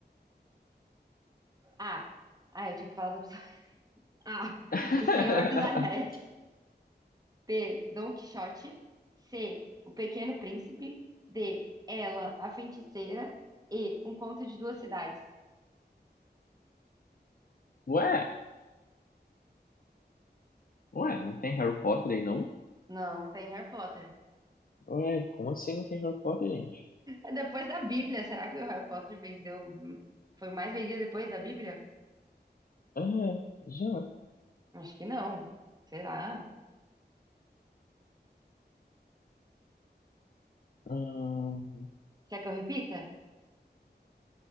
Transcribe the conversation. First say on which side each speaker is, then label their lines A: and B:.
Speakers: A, on the right; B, on the left.
A: A. Ah, eu tinha que falar as opções. <laughs> A.
B: <laughs>
A: O Senhor dos Anéis. B. Dom Quixote. C. O Pequeno Príncipe. D. Ela, a Feiticeira. E. Um Conto de Duas Cidades.
B: Ué, ué, não tem Harry Potter aí, não?
A: Não, não tem Harry Potter.
B: Ué, como assim não tem Harry Potter, gente?
A: É depois da Bíblia. Será que o Harry Potter vendeu. Foi o mais vendido depois da Bíblia?
B: Ah, já.
A: Acho que não. Será?
B: Hum,
A: Quer que eu repita?